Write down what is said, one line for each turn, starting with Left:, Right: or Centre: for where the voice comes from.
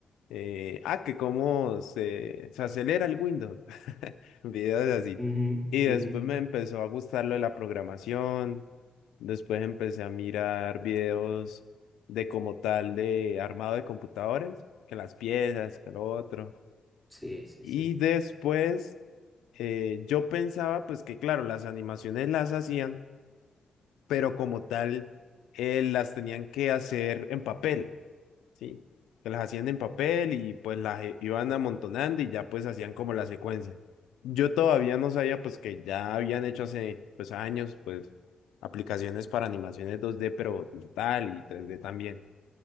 Left: eh, ah, que cómo se, se acelera el Windows, <laughs> videos así.
Right: Ujú,
Left: Y después
Right: ujú.
Left: me empezó a gustar lo de la programación, después empecé a mirar videos de como tal de armado de computadores, que las piezas, que lo otro.
Right: Sí, sí,
Left: Y
Right: sí.
Left: después eh, yo pensaba pues que claro, las animaciones las hacían, pero como tal eh, las tenían que hacer en papel, ¿sí? Que las hacían en papel y pues las eh, iban amontonando y ya pues hacían como la secuencia. Yo todavía no sabía pues que ya habían hecho hace pues años pues aplicaciones para animaciones dos d pero digital y tres d también.